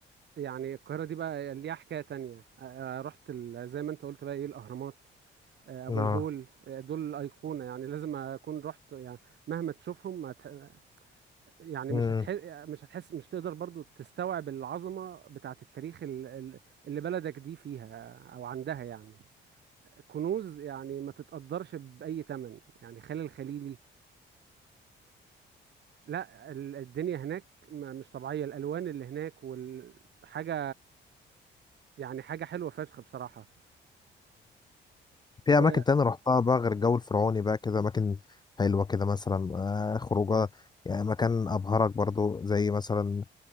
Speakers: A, on the right (about 60°); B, on the left (about 20°).
A: يعني القاهره دي بقى ليها حكايه تانية آه، آه، رحت ال- زي ما انت قلت بقى ايه الاهرامات آه، ابو
B: اه
A: الهول آه، دول الايقونه يعني لازم اكون رحت يعني مهما تشوفهم ما ت- يعني مش
B: أمم.
A: هتحس مش هتحس مش تقدر برضو تستوعب العظمه بتاعه التاريخ ال- ال- اللي بلدك دي فيها او عندها يعني كنوز يعني ما تتقدرش باي ثمن يعني خان الخليلي لا ال- الدنيا هناك م- مش طبيعية الألوان اللي هناك والحاجة يعني حاجة حلوة فشخ بصراحة
B: في
A: وأنا
B: اماكن تانية رحتها بقى غير الجو الفرعوني بقى كده اماكن حلوه كده مثلا آه خروجه يعني مكان ابهرك برضه زي مثلا